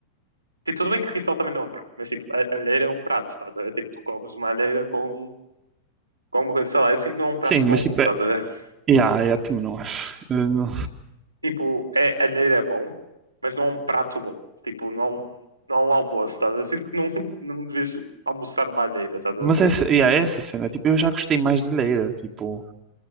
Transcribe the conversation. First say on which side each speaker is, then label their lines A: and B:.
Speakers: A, on the right; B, on the right.
A: Tipo, tudo bem que rissol também não é um prato, mas tipo, a a alheira é um prato, estás a ver? Tipo, tu comes uma alheira com, com alguma coisa, sei lá, eu sinto que não é um prato
B: Sim,
A: bom,
B: mas tipo,
A: estás
B: é...
A: a ver? <laughs>
B: Yeah, yeah, também não acho. Eu não-
A: Tipo, é, a alheira é bom, mas não é um prato bom. Tipo, não é um, não é um almoço, estás a ver? Sinto que não, <laughs> não devias almoçar uma alheira, estás a
B: Mas
A: ver?
B: é essa, yeah, é essa cena, tipo, eu já gostei mais de leira, tipo,